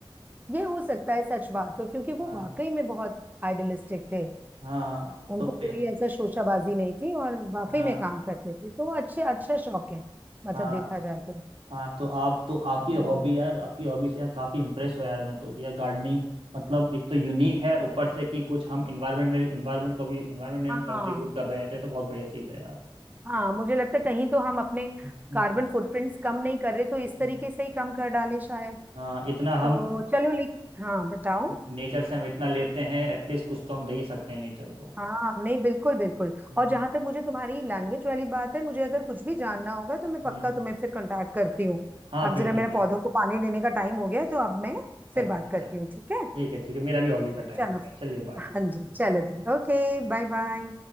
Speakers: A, on the right; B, on the right.
A: ये हो सकता है सच बात तो क्योंकि वो
B: हाँ
A: वाकई में बहुत आइडियलिस्टिक थे
B: हाँ
A: उनको
B: तो पे-
A: कोई ऐसा शोशाबाजी नहीं थी और वाकई
B: हाँ
A: में काम करते थे तो अच्छे अच्छा शौक है मतलब
B: हाँ
A: देखा जाए तो
B: हाँ तो आप तो आपकी
A: हम्म।
B: हॉबी यार आपकी हॉबी से यार काफ़ी इम्प्रेस हुआ यार मैं तो यार गार्डनिंग मतलब एक तो यूनिक है ऊपर से कि कुछ हम इन्वायरमेंट में इन्वायरमेंट को भी इन्वायरमेंट में
A: हाँ
B: हम कंट्रीब्यूट कर रहे हैं तो ये तो बहुत बढ़िया चीज़ है यार
A: हाँ मुझे लगता है कहीं तो हम अपने
B: हम्म,
A: कार्बन फुटप्रिंट्स कम नहीं कर रहे तो इस तरीके
B: हम्म।
A: से ही कम कर डालें शायद
B: हाँ इतना
A: तो
B: हम
A: चलो लेकिन हाँ बताओ
B: नेचर से हम इतना लेते हैं एटलीस्ट कुछ तो हम दे ही सकते हैं नेचर को
A: हाँ नहीं बिल्कुल बिल्कुल
B: हम्म
A: और जहां तक मुझे तुम्हारी लैंग्वेज वाली बात है मुझे अगर कुछ भी जानना होगा तो मैं पक्का
B: हम्म।
A: तुम्हें फिर कांटेक्ट करती हूँ
B: हाँ
A: अब
B: बिल्कुल
A: जरा मेरा
B: बिल्कुल
A: पौधों को पानी देने का टाइम हो गया है तो अब मैं फिर
B: अच्छा
A: बात
B: अच्छा
A: करती हूँ ठीक है
B: ठीक है ठीक है मेरा भी हॉबी का टाइम
A: चलो
B: हो गया चलिए बाय
A: हाँ जी चलो देन ओके Bye bye